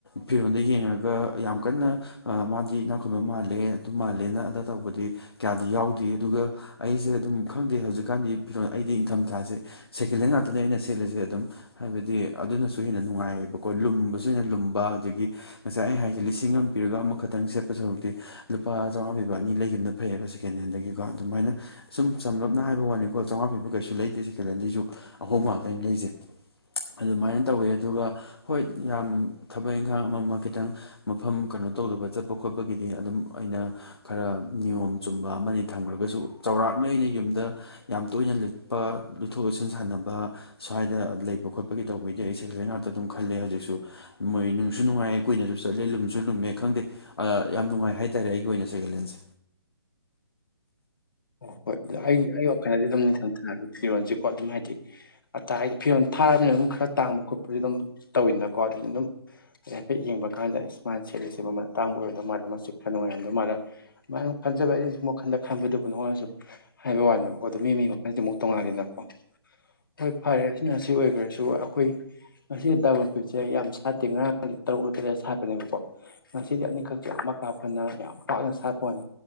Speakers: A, on the left (about 75°); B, on the left (about 55°).
A: ꯐꯤꯔꯣꯜꯗ ꯌꯦꯡꯉꯒ ꯌꯥꯝ ꯀꯟꯅ ꯃꯥꯗꯤ ꯏꯅꯥꯛꯈꯨꯟꯕ ꯃꯥꯜꯂꯦ ꯑꯗꯨ ꯃꯥꯜꯂꯦꯅ ꯑꯗ ꯇꯧꯕꯗꯤ ꯀꯌꯥꯗꯤ ꯌꯥꯎꯗꯦ ꯑꯗꯨꯒ ꯑꯩꯁꯦ ꯑꯗꯨꯝ ꯈꯪꯗꯦ ꯍꯧꯖꯤꯛꯀꯥꯟꯗꯤ ꯐꯤꯔꯣꯜ ꯑꯩꯗꯤ ꯏꯪꯊꯝꯊꯥꯁꯦ ꯁꯦꯀ‌ꯦꯜꯍ‌ꯦꯟ ꯉꯥꯛꯇꯅꯦ ꯑꯩꯅ ꯁꯦꯠꯂꯤꯁꯦ ꯑꯗꯨꯝ ꯍꯥꯏꯕꯗꯤ ꯑꯗꯨꯅꯁꯨ ꯍꯦꯟꯅ ꯅꯨꯡꯉꯥꯏꯌꯦ ꯀꯣ ꯂꯨꯝꯕꯁꯨ ꯑꯩꯅ ꯂꯨꯝꯕ ꯑꯗꯒꯤ ꯉꯁꯥꯏ ꯑꯩ ꯍꯥꯏꯁꯦ ꯂꯤꯁꯤꯡ ꯑꯃ ꯄꯤꯔꯒ ꯑꯃꯈꯛꯇꯪ ꯁꯦꯠꯄ ꯁꯔꯨꯛꯇꯤ ꯂꯨꯄꯥ ꯆꯧꯉꯥ ꯄꯤꯕ ꯑꯅꯤ ꯂꯩꯈꯤꯕꯅ ꯐꯩꯌ‌ꯦꯕ ꯁꯦꯀꯦꯟ ꯍꯦꯟꯗꯒꯤꯀꯣ ꯑꯗꯨꯃꯥꯏꯅ ꯁꯨꯝ ꯁꯝꯂꯞꯅ ꯍꯥꯏꯕ ꯋꯥꯅꯤꯀꯣ ꯆꯧꯉꯥ ꯄꯤꯕ ꯀꯩꯁꯨ ꯂꯩꯗ‌ꯦ ꯁꯦꯀꯦꯟ ꯍꯦꯟꯗꯩꯁꯨ ꯑꯍꯣꯡꯕ ꯉꯥꯛꯇꯅ‌ꯦ ꯂꯩꯖ‌ꯦ ꯑꯗꯨꯃꯥꯏꯅ ꯇꯧꯋꯦ ꯑꯗꯨꯒ ꯍꯣꯏ ꯌꯥꯝ ꯊꯕꯛ ꯏꯪꯈꯥꯡ ꯑꯃꯃ ꯈꯤꯇꯪ ꯃꯐꯝ ꯀꯩꯅꯣ ꯇꯧꯗꯕ ꯆꯠꯄ ꯈꯣꯠꯄꯒꯤꯗꯤ ꯑꯗꯨꯝ ꯑꯩꯅ ꯈꯔ ꯅꯤꯌꯣꯝ ꯆꯨꯝꯕ ꯑꯃꯅꯤ ꯊꯝꯈ꯭ꯔꯒꯁꯨ ꯆꯥꯎꯔꯥꯛꯅ ꯑꯩꯅ ꯌꯨꯝꯗ ꯌꯥꯝ ꯇꯣꯏꯅ ꯂꯤꯠꯄ ꯂꯨꯊꯣꯛ ꯂꯤꯠꯁꯤꯟ ꯁꯥꯟꯅꯕ ꯁ꯭ꯋꯥꯏꯗ ꯂꯩꯕ ꯈꯣꯠꯄꯒꯤ ꯇꯧꯕꯩꯗꯤ ꯑꯩ ꯁ‌ꯦꯀ‌ꯦꯂ‌ꯦꯟ ꯉꯥꯛꯇ ꯑꯗꯨꯝ ꯈꯜꯂꯦ ꯍꯧꯖꯤꯛꯁꯨ ꯃꯣꯏ ꯅꯨꯡꯁꯨ ꯅꯨꯡꯉꯥꯏꯌꯦ ꯀꯨꯏꯅꯁꯨ ꯆꯠꯂꯦ ꯂꯨꯝꯁꯨ ꯂꯨꯝꯃꯦ ꯈꯪꯗꯦ ꯌꯥꯝ ꯅꯨꯡꯉꯥꯏ ꯍꯥꯏꯇꯥꯔꯦ ꯑꯩꯒꯤ ꯑꯣꯏꯅ ꯁ‌ꯦꯀ‌ꯦꯂꯦꯟꯁꯦ
B: ꯑꯣ ꯍꯣꯏ ꯑꯩ ꯑꯩ ꯋꯥꯈꯜꯗꯗꯤ ꯑꯗꯨꯝ ꯅꯤꯡꯊꯝꯊꯥꯒꯤ ꯐꯤꯔꯣꯟꯁꯤꯀꯣ ꯑꯗꯨꯝ ꯍꯥꯏꯗꯤ ꯑꯇꯥꯏꯗꯤ ꯐꯤꯔꯣꯟ ꯊꯥꯕꯅꯤꯅ ꯑꯗꯨꯝ ꯈꯔ ꯇꯥꯡꯕ ꯈꯣꯠ ꯐꯨꯔꯤꯠ ꯑꯝ ꯇꯧꯋꯤꯅꯀꯣ ꯑꯗꯨꯅ ꯑꯗꯨꯝ ꯍꯥꯏꯐꯦꯠ ꯌꯦꯡꯕ ꯀꯥꯟꯗ ꯏꯁ ꯃꯥꯅ ꯁꯦꯠꯂꯤꯁꯦ ꯃꯥꯃꯜ ꯑꯇꯥꯡꯕ ꯑꯣꯏꯔꯝꯗꯧ ꯃꯥꯜꯂ‌ꯦ ꯃ‌ꯣꯏꯆꯤ ꯈꯔ ꯅꯨꯡꯉꯥꯏꯔꯝꯗꯧ ꯃꯥꯜꯂꯦ ꯁꯨꯃꯥꯏꯅ ꯗꯨꯝ ꯈꯟꯖꯕ ꯑꯩꯅ ꯁꯨꯝ ꯋꯥꯈꯟꯗ ꯈꯟꯕꯗꯨꯕꯨ ꯅꯣꯉꯣꯟꯗ ꯁꯨꯝ ꯍꯥꯏꯕ ꯋꯥꯅꯦꯕꯀꯣ ꯑꯗꯨ ꯃꯤ ꯃꯤ ꯋꯥꯈꯜꯁꯤ ꯑꯃꯨꯛ ꯇꯣꯡꯉꯜꯂꯤꯅꯀꯣ ꯍꯣꯏ ꯐꯔꯦ ꯑꯁꯤꯅ ꯑꯁꯤ ꯑꯣꯏꯈ꯭ꯔꯁꯨ ꯑꯩꯈꯣꯏ ꯉꯁꯤ ꯗ꯭ꯔꯥꯒ‌ꯣꯟ ꯐ꯭ꯔꯨꯠꯁꯦ ꯌꯥꯝ ꯁꯥꯠꯇꯦ ꯉꯔꯥꯡꯗꯤ ꯇꯔꯨꯛ ꯂ ꯇꯔꯦꯠ ꯂ ꯁꯥꯠꯄꯅꯦꯕꯀꯣ ꯉꯁꯤꯗꯤ ꯑꯅꯤꯈꯛꯁꯦ ꯃꯀꯥ ꯐꯅ ꯌꯥꯝ ꯄꯥꯛꯅ ꯁꯥꯠ ꯍ‌ꯣꯏ